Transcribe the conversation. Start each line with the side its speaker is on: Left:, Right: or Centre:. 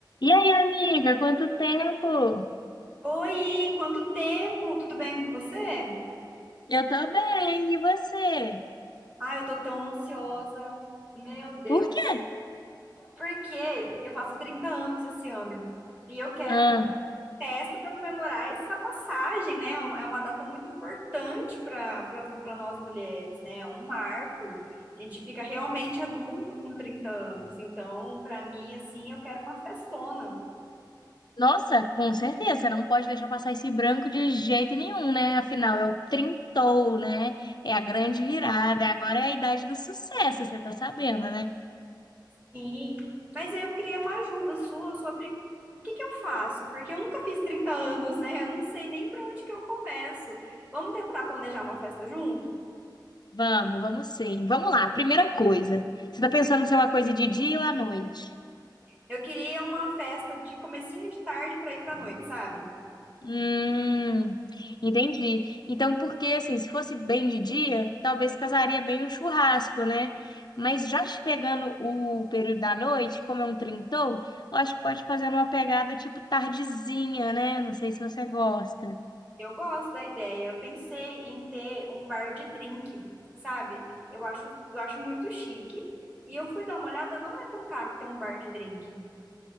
Left: E aí, amiga, quanto tempo?
Right: Oi, quanto tempo? Tudo bem com você?
Left: Eu tô bem, e você?
Right: Ah, eu tô tão ansiosa. Meu Deus.
Left: Por quê?
Right: Porque eu faço 30 anos esse ano e eu quero
Left: Ah,
Right: festa para comemorar essa passagem, né? É uma é uma data muito importante para para nós mulheres, né? É um marco. A gente fica realmente adulto com 30 anos. Então, para mim, assim, eu quero uma festona.
Left: nossa, com certeza, você não pode deixar passar esse branco de jeito nenhum, né? Afinal, é o trintou, né? É a grande virada, agora é a idade do sucesso, você tá sabendo, né?
Right: Sim, mas aí eu queria uma ajuda sua sobre o que que eu faço, porque eu nunca fiz 30 anos, né? Eu não sei nem para onde que eu começo. Vamos tentar planejar uma festa junto?
Left: Vamos, vamos sim. Vamos lá, primeira coisa. Você tá pensando se é uma coisa de dia ou à noite?
Right: Eu queria uma festa de comecinho de tarde para ir para noite, sabe?
Left: Hum, entendi. Então, porque assim, se fosse bem de dia, talvez casaria bem o churrasco, né? Mas já te pegando o período da noite, como é um trintão, eu acho que pode fazer uma pegada tipo tardezinha, né? Não sei se você gosta.
Right: Eu gosto da ideia. Eu pensei em ter um bar de drink, sabe? Eu acho, eu acho muito chique. E eu fui dar uma olhada, não é tão caro ter um bar de drink.